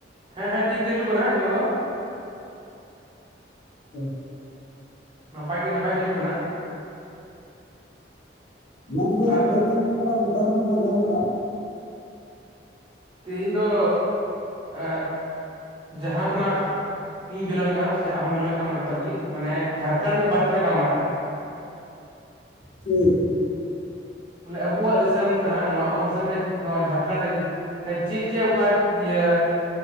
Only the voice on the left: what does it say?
ᱚ
ᱢᱟ ᱛᱚᱵᱮ
<unintelligible> <unintelligible>
ᱴᱷᱤᱠ